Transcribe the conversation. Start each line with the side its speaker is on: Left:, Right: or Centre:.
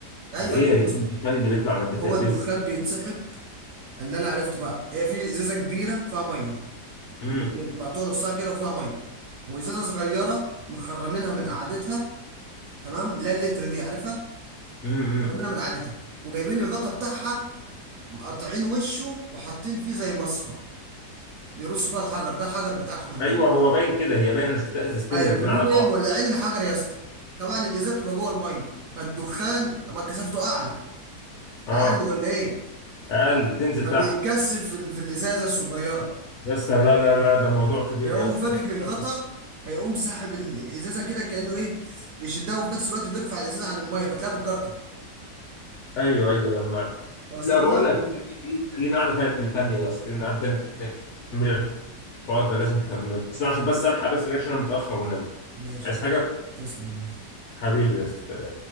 Right: ايوه
Left: طب ايه
Right: ابدا
Left: يا جدعان
Right: بص
Left: الدخان اللي بيطلع من البتاع
Right: هو
Left: بيبسي
Right: الدخان بيتسحب اللي انا عرفته بقى هي في ازازه كبيره فيها ميه م-
Left: امم
Right: م- مقطوعه نصها كده وفيها ميه وازازه صغيره مخرمينها من قعدتها تمام اللي هي اللتر دي عارفها
Left: امم امم.
Right: مخرمينها من قعدتها وجايبين الغطا بتاعها مقطعين وشه وحاطين فيه زي مصفى بيرصوا فيها الحجر ده الحجر بتاعهم يا معلم
Left: ايوه هو باين كده هي باين انا شفتها ازازتين
Right: ايوه
Left: راكبين
Right: فبيقوموا
Left: على بعض
Right: ايه مولعين الحجر يا اسطى طبعا الازازه بتبقى جوه الميه فالدخان طبعا كثافته اعلى
Left: اه
Right: اقل ولا ايه
Left: اقل تنزل
Right: فبيتكثف
Left: تحت
Right: في, ال- في الازازه الصغيره
Left: يا اسطى لا لا لا ده موضوع كبير
Right: فيقوم
Left: يا اسطى
Right: فاكك
Left: ده موضوع
Right: الغطا
Left: كبير.
Right: فيقوم ساحب ال- الازازه كده كانه ايه بيشدها وفي نفس الوقت بيرفع الازازه عن الميه فتلاقيها بتكركر
Left: ايوه ايوه لما
Right: واصله
Left: لا بقول
Right: لك
Left: لك إحنا لينا قعده تانيه تانيه يا اسطى لينا قعده تانيه من الحوار ده لازم تكمله بس عشان بس الحق بس رياكشن انا متاخر والنبي
Right: ماشي
Left: عايز
Right: يا عم.
Left: حاجه
Right: تسلم يا مان.
Left: حبيبي يا اسطى